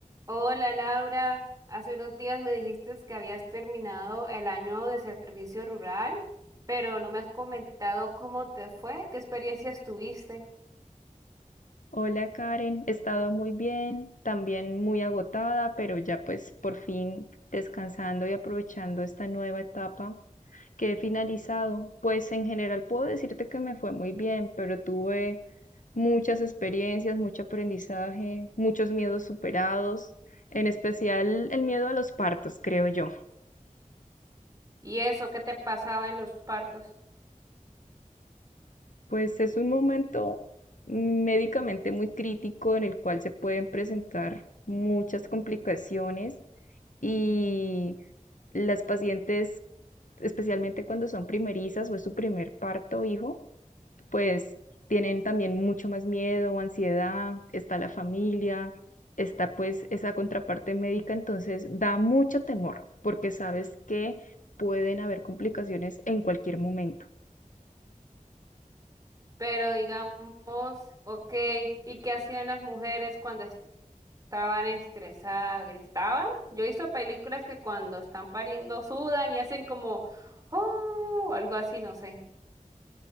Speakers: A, on the right; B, on the left.
A: Hola Laura, hace unos días me dijiste que habías terminado el año de servicio rural, pero no me has comentado cómo te fue, qué experiencias tuviste
B: Hola Karen, he estado muy bien, también muy agotada, pero ya pues por fin descansando y aprovechando esta nueva etapa que he finalizado. Pues en general puedo decirte que me fue muy bien, pero tuve muchas experiencias, mucho aprendizaje, muchos miedos superados, en especial el miedo a los partos, creo yo.
A: y eso, qué te pasaba en los partos.
B: Pues es un momento médicamente muy crítico en el cual se pueden presentar muchas complicaciones. Y las pacientes, especialmente cuando son primerizas o es su primer parto o hijo, pues tienen también mucho más miedo, ansiedad, está la familia, está pues esa contraparte médica, entonces da mucho temor porque sabes que pueden haber complicaciones en cualquier momento.
A: Pero digamos, ok, ¿y qué hacían las mujeres cuando est- estaban estresadas? ¿Gritaban? Yo he visto películas que cuando están pariendo sudan y hacen como, oh, o algo así, no sé.